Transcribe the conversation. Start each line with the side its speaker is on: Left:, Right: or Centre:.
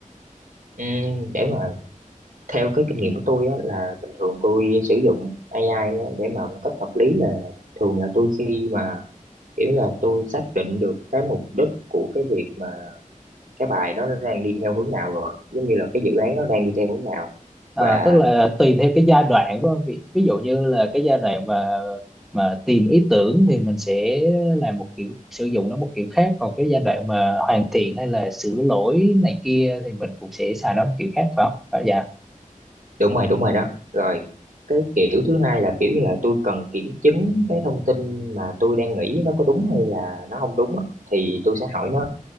Right: Ừm, để mà theo cái kinh nghiệm của tôi á, là bình thường tôi sử dụng AI á, để mà một cách hợp lý là thường là tôi khi mà kiểu là tôi xác định được cái mục đích của cái việc mà cái bài nó đang đi theo hướng nào rồi giống như là cái dự án nó đang đi theo hướng nào
Centre: À,
Right: và
Centre: tức là tùy theo cái giai đoạn của ông. ví, ví dụ như là cái giai đoạn mà mà tìm ý tưởng thì mình sẽ làm một kiểu sử dụng nó một kiểu khác còn cái giai đoạn mà hoàn thiện hay là sửa lỗi này kia thì mình cũng sẽ xài nó một kiểu khác phải không? Phải dạ.
Right: đúng rồi đúng rồi đó rồi cái kiểu thứ hai là kiểu như là tôi cần kiểm chứng cái thông tin mà tôi đang nghĩ nó có đúng hay là nó không đúng á thì tôi sẽ hỏi nó